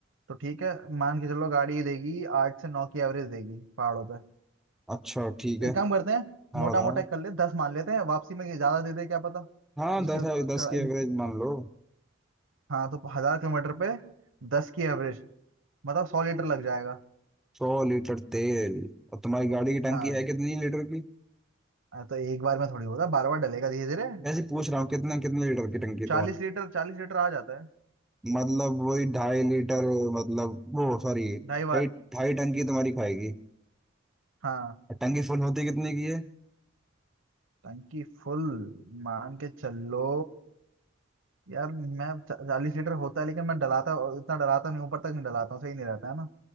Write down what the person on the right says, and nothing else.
तो ठीक है मान के चलो गाड़ी देगी आठ से नौ की एवरेज देगी पहाड़ों पे
एक काम करते हैं
मोटा
मोटा कर ले दस मान लेते हैं वापसी में ये ज्यादा दे दे क्या पता
नीचे
उत-
चढ़ा
इन-
हाँ तो हजार किलोमीटर पे दस की एवरेज मतलब सौ लीटर लग जाएगा
हाँ
आ, तो एक बार में थोड़ी होता बार बार डलेगा धीरे धीरे
चालीस
लीटर चालीस लीटर आ जाता है
ढाई बार
हाँ
टंकी फुल मान के चलो यार मैं चालीस लीटर होता है लेकिन मैं डलाता इतना डलाता नहीं ऊपर तक नहीं डलाता हूँ सही नहीं रहता है ना